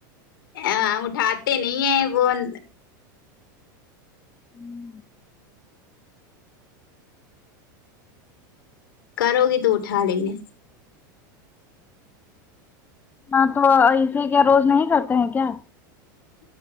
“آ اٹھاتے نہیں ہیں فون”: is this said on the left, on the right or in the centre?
Left